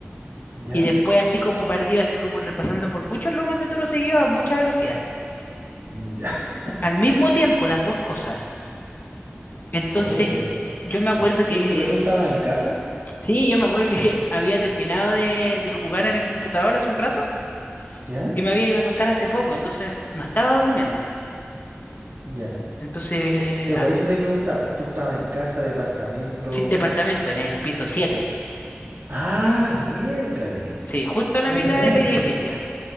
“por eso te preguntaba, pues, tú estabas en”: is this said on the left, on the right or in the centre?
Right